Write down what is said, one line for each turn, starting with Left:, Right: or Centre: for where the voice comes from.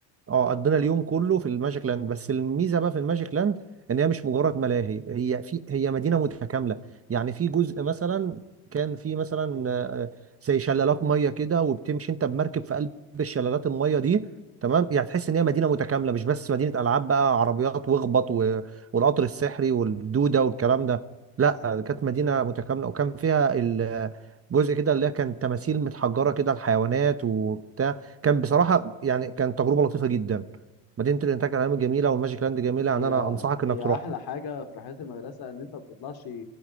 Right: اه قضينا اليوم كله في الماجيك لاند بس الميزه بقى في الماجيك لاند ان هي مش مجرد ملاهي هي في هي مدينه متكامله يعني في جزء مثلا كان في مثلا آه، زي شلالات ميه كده وبتمشي انت بمركب في قلب الشلالات الميه دي تمام يعني تحس ان هي مدينه متكامله مش بس مدينه العاب بقى عربيات واخبط و- والقطر السحري والدوده والكلام ده لا كانت مدينه متكامله وكان فيها ال- آه، جزء كده اللي هي كان تماثيل متحجره كده الحيوانات وبتاع كان بصراحه يعني كانت تجربه لطيفه جدا مدينه الانتاج العلمي جميله والماجيك لاند جميله يعني
Left: هي
Right: انا انصحك انك
Left: هي
Right: تروح
Left: أحلى حاجة في رحلات المدرسة إن أنت ما بتطلعش